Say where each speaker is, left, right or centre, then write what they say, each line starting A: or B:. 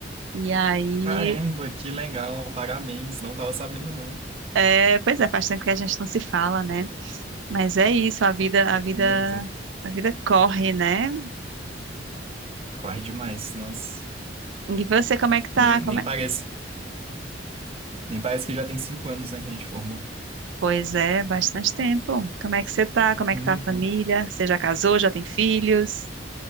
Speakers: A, on the right; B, on the right.
A: e aí,
B: Caramba, que legal, parabéns. Não tava sabendo, não.
A: é, pois é, faz tempo que a gente não se fala, né? Mas é isso, a vida, a vida,
B: Muito.
A: a vida corre, né?
B: Corre demais, nossa.
A: E você, como é que tá?
B: Nem, nem parece. Nem parece que já tem cinco anos, né, que a gente formou.
A: Pois é, bastante tempo. Como é que você tá? Como é
B: Uhum.
A: que tá a família? Você já casou? Já tem filhos?